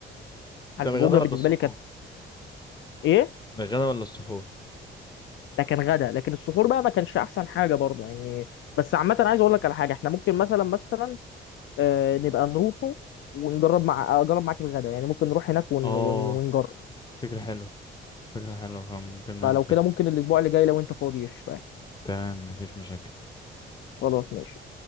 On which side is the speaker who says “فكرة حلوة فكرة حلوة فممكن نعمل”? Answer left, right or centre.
Left